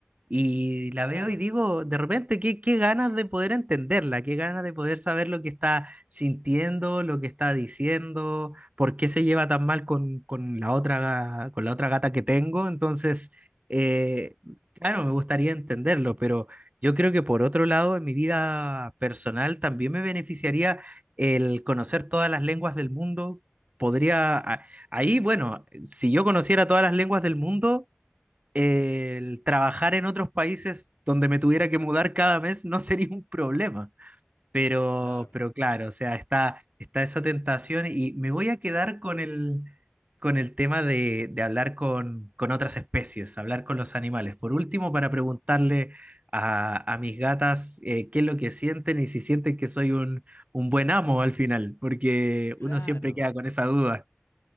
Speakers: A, on the right; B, on the left.
A: y la
B: Claro,
A: veo y digo, de repente, qué, qué ganas de poder entenderla, qué ganas de poder saber lo que está sintiendo, lo que está diciendo, por qué se lleva tan mal con, con la otra, ga- con la otra gata que tengo. Entonces, eh, claro, me gustaría entenderlo, pero... Yo creo que por otro lado, en mi vida personal también me beneficiaría el conocer todas las lenguas del mundo. Podría, a- ahí, bueno, si yo conociera todas las lenguas del mundo, el trabajar en otros países donde me tuviera que mudar cada mes no <laughs> sería un problema. Pero,
B: claro,
A: pero claro, o sea, está, está esa tentación y me voy a quedar con el, con el tema de, de hablar con, con otras especies, hablar con los animales. Por último, para preguntarle a, a mis gatas eh, qué es lo que sienten y si sienten que soy un, un buen amo al final, porque
B: claro.
A: uno siempre queda con esa duda.